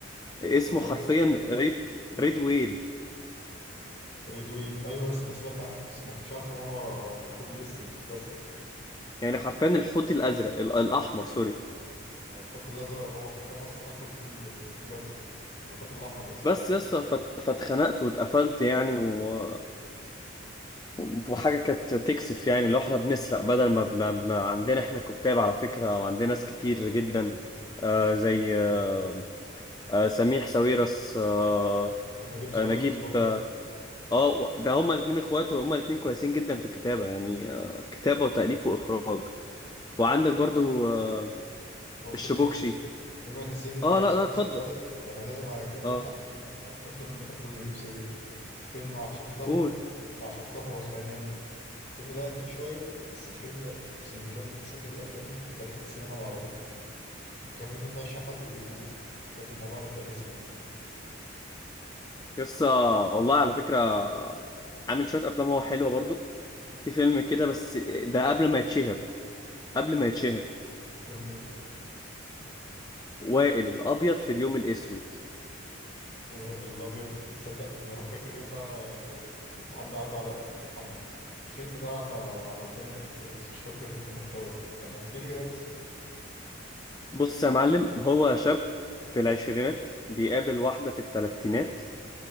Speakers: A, on the left; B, on the left.
A: اسمه
B: لو بجد
A: حرفيا ريد ريد ويل
B: ريد ويل ايوه بس انا سمعت عنه بس ما كنتش عارف ان هو كوبي بيست الفيل الازرق
A: يعني حرفيا الحوت الازرق ال... الاحمر سوري
B: ما هو الخط الازرق هو حرفيا اصلا اخو الفيل الفيل الازرق والخط الاحمر قصدي
A: بس يا اسطى فت... فاتخنقت واتقفلت يعني و... وحاجة كانت تكسف يعني لو احنا بنسرق بدل ما, ما, ما عندنا احنا كتاب على فكرة وعندنا ناس كتير جدا آه زي آه آه سميح ساويرس آه
B: ونجيب ساويرس
A: آه نجيب
B: برضه
A: اه آه، ده هما الاتنين اخوات وهما الاتنين كويسين جدا في الكتابة يعني آه كتابة وتأليف وإخراج وعندك
B: عامة
A: برضو آه
B: ورثتني
A: الشبوكشي
B: بس بما إن سيرة
A: اه
B: نجيب
A: لا
B: ساويرس
A: لا اتفضل
B: اتقالت ده أنا لازم أكلمك
A: اه
B: عن فيلم أكتر فيلم بحبه لنجيب ساويرس فيلم عشقته
A: قول
B: عشقته وخانني الفيلم ده قديم شوية بس الفيلم ده أقسم بالله من أساطير الأفلام في تاريخ السينما العربية متخيل إن أنت تعشق حد ويخونك بجد الموضوع ده كارثي يعني
A: يس آه، والله على فكرة آه، عامل شوية أفلام هو حلوة برضو في فيلم كده بس آه، ده قبل ما يتشهر قبل ما يتشهر
B: الفيلم إيه ده
A: وائل الأبيض في اليوم الأسود
B: والأبيض تصدق أنا فاكر اليوم ده ال- الامتحان ده عدى على الامتحان الفيلم ده عدى على وداني قبل كده بس مش فاكر كان محتواه إيه. طب احكي لي كده
A: بص يا معلم هو شاب في العشرينات بيقابل واحدة في التلاتينات